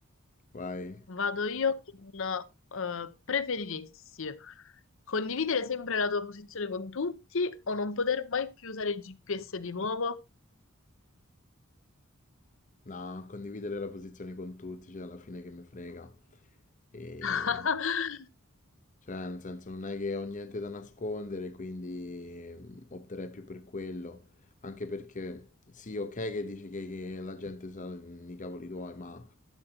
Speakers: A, on the left; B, on the left.
A: vai.
B: vado io con eh, preferiresti condividere sempre la tua posizione con tutti o non poter mai più usare il GPS di nuovo?
A: No, condividere la posizione con tutti, cioè alla fine che mi frega. E...
B: <laughs>
A: Cioè, nel senso, non è che ho niente da nascondere, quindi mm, opterei più per quello. Anche perché, sì, ok che dici che, che la gente sa mm, i cavoli tuoi, ma